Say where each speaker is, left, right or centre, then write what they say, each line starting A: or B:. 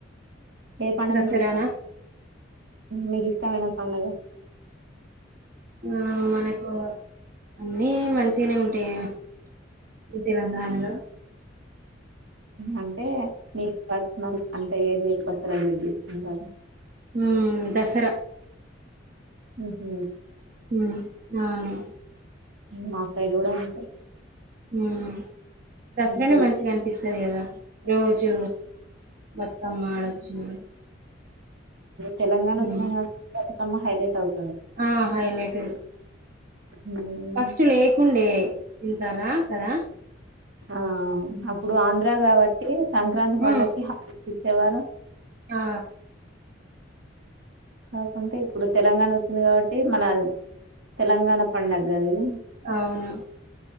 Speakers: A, on the right; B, on the right.
A: ఏ పండుగ
B: దసరానా
A: అంటే ఇష్టం? మీకు ఇష్టం అయినా పండగా
B: ఆ మనకు అన్నీ మంచిగనే ఉంటయిగా మీ తెలంగాణలో
A: అంటే మీకు పర్సనల్ అంటే ఏది ఎక్కువ సెలబ్రేట్ చేసుకుంటరు.
B: ఉ దసరా
A: ఉహ్
B: ఆ అవును.
A: మా సైడ్ కూడా అంతే.
B: ఆ దసరనే
A: తెల
B: మంచిగా అనిపిస్తది కదా. రోజు బతుకమ్మ ఆడొచ్చు.
A: తెలంగాణ ఒచ్చికాంచి
B: ఉమ్.
A: బతుకమ్మ హైలైట్ అవుతు
B: ఆ హైలైట్
A: ఉమ్,
B: ఫస్ట్ లేకుండే ఇంతాల కదా
A: ఆ అప్పుడు ఆంధ్రా కావట్టి సంక్రాంతి పండక్కి
B: ఉమ్,
A: ఇచ్చేవారు
B: ఆ
A: కాకుంటే ఇప్పుడు తెలంగాణ ఒచ్చింది కావట్టి మన తెలంగాణ పండగ్ గద ఇది
B: ఆవును